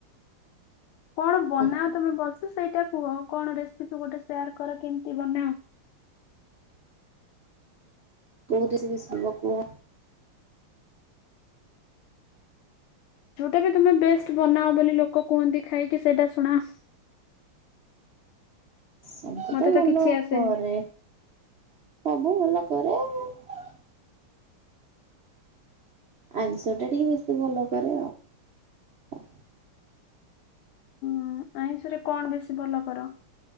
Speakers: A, on the left (about 80°); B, on the right (about 70°).
A: କଣ ବନାଅ
B: ଆଉ
A: ତମେ ଭଲ ସେ ସେଇଟା- କୁହ କଣ ରେସିପି ଗୋଟେ ସେୟାର କର କେମିତି ବନାଅ।
B: କଉ ରେସିପି ଶୁଣିବ କୁହ।
A: ଯୋଉଟା ବି ତମେ ବେଷ୍ଟ ବନାଅ ବୋଲି ଲୋକ କୁହନ୍ତି ଖାଇକି ସେଇଟା ଶୁଣାଅ
B: ସବୁ ତ
A: ମତେ
B: ଭଲ
A: କିଛି ଆସେନି।
B: କରେ ସବୁ ଭଲ। <unintelligible> ଆଇଁଷ ଟା ଟିକେ ବେଶୀ ଭଲ କରେ ଆଉ।
A: ହଁ ଆଇଁଷରେ କଣ ବେଶୀ ଭଲ କର?